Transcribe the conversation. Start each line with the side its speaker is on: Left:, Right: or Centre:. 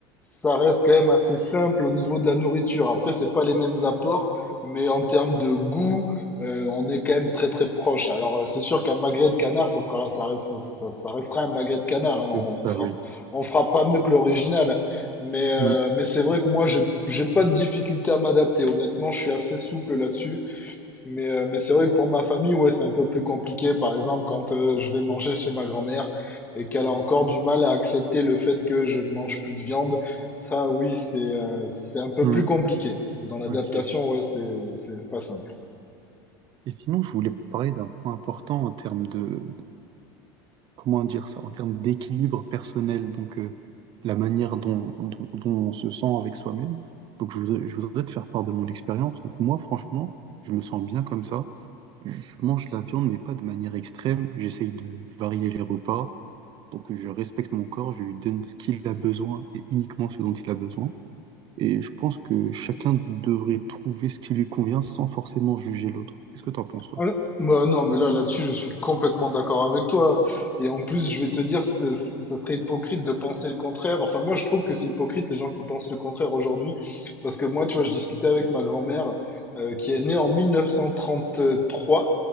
Left: ça reste quand même assez simple au niveau de la nourriture. Après, c'est pas les mêmes apports, mais en termes de goût, euh, on est quand même très très proche. Alors, euh, c'est sûr qu'un magret de canard, ça sera, ça reste- ça- ça restera un magret de canard. hein. On
Right: C'est ça,
Left: fera,
Right: oui.
Left: on fera pas mieux que l'original. Mais, euh,
Right: Mm,
Left: mais c'est vrai que moi, j'ai j'ai pas de difficulté à m'adapter. Honnêtement, je suis assez souple là-dessus. Mais, euh, mais c'est vrai que pour ma famille, ouais, c'est un peu plus compliqué. Par exemple, quand euh, je vais manger chez ma grand-mère et qu'elle a encore du mal à accepter le fait que je ne mange plus de viande, ça, oui, c'est euh, c'est un peu
Right: mm,
Left: plus compliqué. Dans l'adaptation,
Right: ok.
Left: ouais, c'est c'est pas simple.
Right: Et sinon, je voulais parler d'un point important en termes de, comment dire ça, en termes d'équilibre personnel, donc euh, la manière dont, dont, dont on se sent avec soi-même. Donc je voudrais, je voudrais te faire part de mon expérience. Donc moi, franchement, je me sens bien comme ça. Je mange la viande, mais pas de manière extrême. J'essaye de varier les repas. Donc je respecte mon corps, je lui donne ce qu'il a besoin et uniquement ce dont il a besoin. Et je pense que chacun devrait trouver ce qui lui convient sans forcément juger l'autre. Qu'est-ce que t'en penses, toi?
Left: Euh, Bah non, mais là, là-dessus, je suis complètement d'accord avec toi. Et en plus, je vais te dire, ce ce- ce serait hypocrite de penser le contraire. Enfin, moi, je trouve que c'est hypocrite les gens qui pensent le contraire aujourd'hui. Parce que moi, tu vois, je discutais avec ma grand-mère, euh, qui est née en 1933